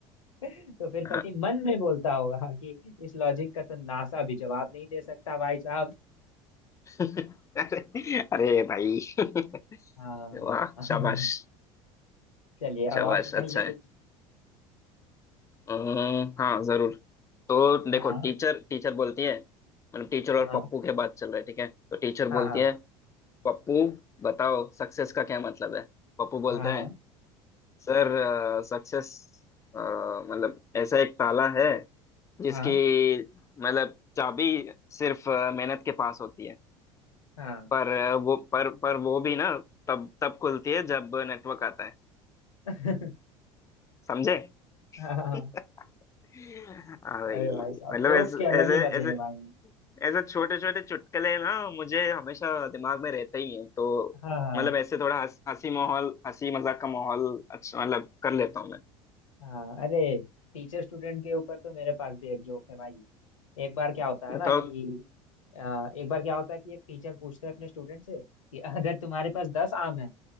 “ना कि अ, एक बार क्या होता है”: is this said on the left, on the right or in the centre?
Left